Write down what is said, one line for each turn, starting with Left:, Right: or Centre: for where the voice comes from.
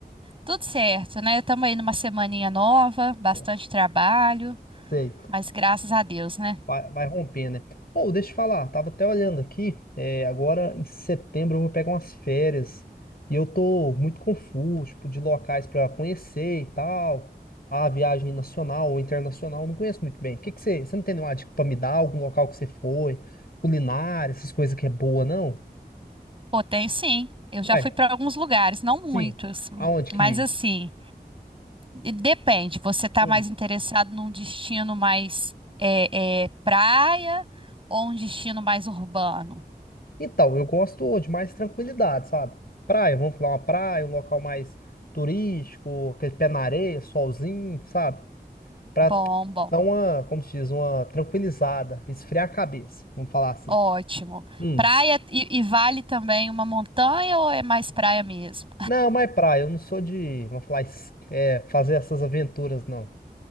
Right: Tudo certo, né? Estamos aí numa semaninha nova, bastante
Left: Não
Right: trabalho,
Left: sei.
Right: mas graças a Deus, né?
Left: Vai, vai romper, né? Ou deixa eu falar, tava até olhando aqui, é, agora em setembro eu vou pegar umas férias e eu tô muito confuso, tipo, de locais pra conhecer e tal. A viagem nacional ou internacional, eu não conheço muito bem. O que que você, você não tem nenhuma dica pra me dar? Algum local que você foi, culinária, essas coisas que é boa, não?
Right: Pô, tem sim. Eu já
Left: Ué,
Right: fui para alguns lugares, não muitos,
Left: sim. Aonde que?
Right: mas assim, e depende. Você tá
Left: hum,
Right: mais interessado num destino mais é, é, praia ou um destino mais urbano?
Left: Então, eu gosto de mais tranquilidade, sabe? Praia, vamos falar uma praia, um local mais turístico, aquele pé na areia, solzinho, sabe? Pra
Right: Bom, bom.
Left: dar uma, como se diz, uma tranquilizada, esfriar a cabeça, vamos falar assim.
Right: Ótimo.
Left: Hum.
Right: Praia e, e vale também uma montanha ou é mais praia mesmo?
Left: Não, mas praia, eu não sou de, vamos falar, es- é, fazer essas aventuras, não.